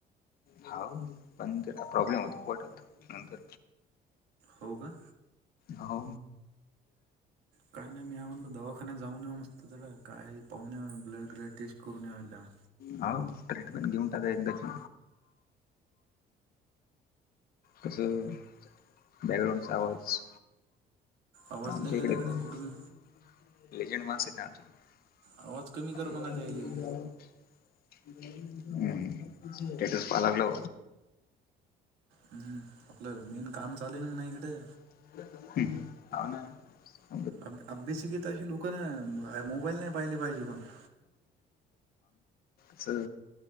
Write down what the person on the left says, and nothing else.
हो पण त्या प्रॉब्लेम होती पोटात नंतर
हो
हो ट्रीटमेंट घेऊन टाका एकदाची तस बॅकग्राउंडचा आवाज
आमच्या
इकडेलेजन
मास आहे आमच्याकडे
<unintelligible>
<inaudible> हम् तेटच पा लागलं
ह
कस